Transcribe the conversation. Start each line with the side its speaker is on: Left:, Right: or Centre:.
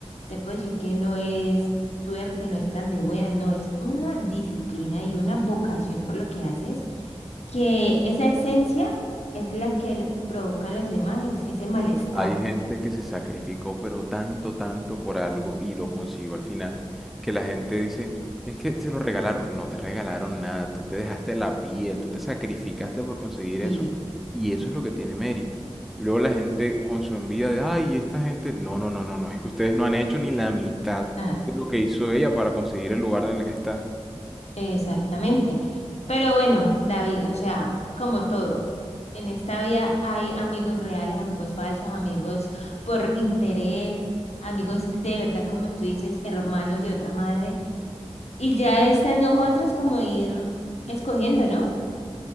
Left: te puedo decir que no es suerte, no es tan de buena, no es una disciplina y una vocación por lo que haces que esa esencia es la que la- provoca en los demás es- ese malestar.
Centre: Hay gente que se sacrificó, pero tanto, tanto por algo y lo consiguió al final, que la gente dice, es que te lo regalaron. No te regalaron nada, tú te dejaste la piel, tú te sacrificaste por conseguir
Left: Sí,
Centre: eso y eso es lo que tiene mérito. Y luego la gente con su envidia de, ay, esta gente, no, no, no, no, no, es que ustedes no han hecho ni la mitad
Left: Ah,
Centre: de lo que hizo ella para conseguir el lugar en el que está.
Left: exactamente. Pero bueno, David, o sea, como todo, en esta vida hay amigos reales, amigos falsos, amigos por interés, amigos de verdad, como tú dices, hermanos de otra madre. Y ya está en nosotros como ir escogiendo, ¿no?